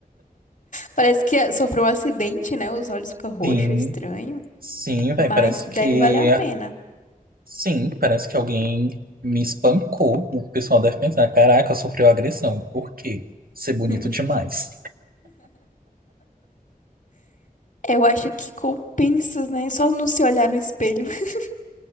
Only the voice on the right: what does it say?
Sim,
sim, velho,
parece
que...
Sim, parece que alguém me espancou. O pessoal deve pensar, caraca, sofreu agressão. Por quê? Ser bonito
demais.